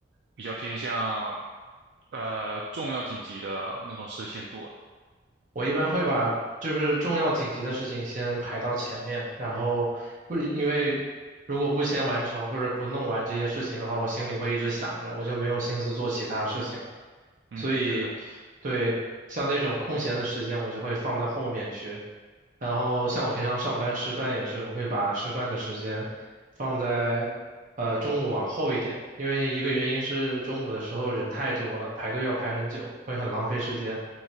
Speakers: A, on the right (about 65°); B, on the right (about 45°).
A: 比较偏向呃重要紧急的那种事先做？
B: 我一般会把就是重要紧急的事情先排到前面，然后不因为如果不先完成或者不弄完这些事情的话，我心里会一直想着，我就没有心思做其他事情了。
A: 嗯，
B: 所以对，
A: 是的，
B: 像那种空闲的时间，我就会放到后面去。然后像我平常上班吃饭也是，我会把吃饭的时间放在呃中午往后一点，因为一个原因是中午的时候人太多了，排队要排很久，会很浪费时间。